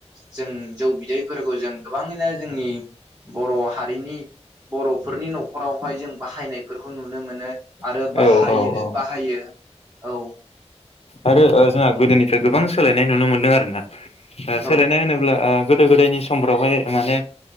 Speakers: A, on the right; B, on the left.
A: जों जौ बिदैफोरखौ जों गोबाङैनो जोंनि बर हारिनि बरफोरनि नखरावहाय जों बाहायनायफोरखौ नुनो मोनो आरो
B: औ
A: बाहायो बाहायो औ।
B: आरो जोंहा गोदोनि ओमफ्राय गोबां सोलायनाय नुनो मोनदों आरो ना? सोलायनाय
A: औ
B: होनोब्ला ओ गोदो गोदायनि समफ्रावहाय माने